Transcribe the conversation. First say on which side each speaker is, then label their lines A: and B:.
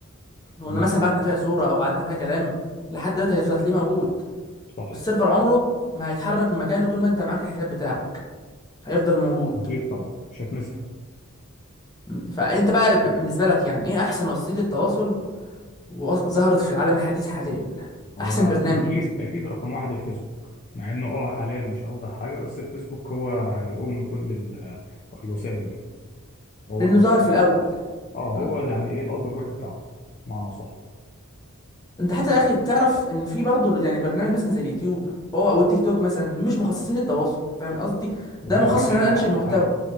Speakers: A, on the left; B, on the left.
A: وقلنا
B: تمام
A: مثلا بعتنا فيها صوره او بعتنا فيها كلام لحد دلوقتي هيفضل هتلاقيه موجود
B: صح
A: والسيرفر عمره ما هيتحرك من مكانه طول ما انت معاك الحساب بتاعك هيفضل موجود
B: اكيد طبعا مش هتمسح
A: م. فانت بقى ب- بالنسبه لك يعني ايه احسن وسيله تواصل وظهرت في العالم الحديث حاليا
B: هو
A: احسن برنامج
B: اكيد
A: مثلا
B: اكيد رقم واحد الفيسبوك مع انه اه حاليا مش افضل حاجه بس الفيسبوك هو يعني ام كل ال- الوسائل دي هو
A: لانه ظهر في الاول
B: اه
A: مم.
B: هو يعني ايه الاب الروحي بتاعه معنى صح
A: انت حتى يا اخي بتعرف ان في برضه يعني برنامج مثلا زي اليوتيوب هو او التيك توك مثلا دول مش مخصصين للتواصل فاهم قصدي
B: والناس
A: ده مخصص
B: بتتكلم
A: ان انا انشئ
B: بعض
A: محتوى
B: عادي